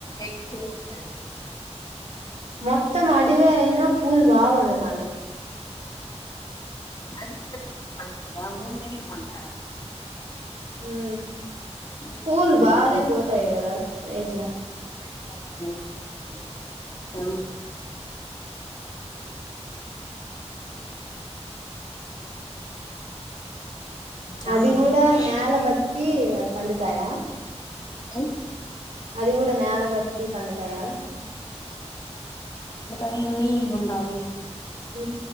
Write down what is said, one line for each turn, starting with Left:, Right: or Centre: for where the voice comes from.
Left: ఎక్కవ ఉంటయి
Right: మొత్తం అడివే అయినా పూలు బా వడతానాయి
Left: అది పెద పంట మూడు నెల్ల పంట
Right: ఉ
Left: నెలలు ఐదు నెలల పంట నీళ్ళు
Right: పూలు
Left: అవసరం
Right: బాగానే
Left: ఎక్కువ
Right: పోతాయి కదా రేట్లా
Left: ఉమ్ చామంతి
Right: అది కూడా
Left: పూలకు మంచి
Right: నేల
Left: రేట్
Right: బట్టి పండుతాయా
Left: ఆ
Right: అది కూడా నేలబట్టి పండుతాయా
Left: నీ నీల్ ఉండాలే
Right: హ